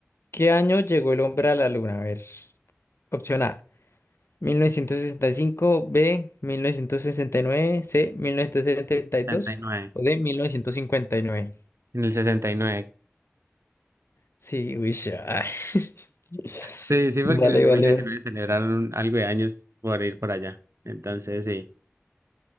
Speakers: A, on the left; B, on the right.
A: ¿qué año llegó el hombre a la luna? A ver, opción A. mil novecientos sesenta y cinco B, mil novecientos sesenta y nueve C, mil novecientos setenta y dos
B: Sesenta y nueve.
A: o D, mil novecientos cincuenta y nueve
B: En el 69.
A: Sí, uy, ya. <laughs>
B: Sí, sí, porque
A: Vale,
B: en el dos
A: vale.
B: mil diecinueve celebraron algo de años por ir por allá. Entonces, sí.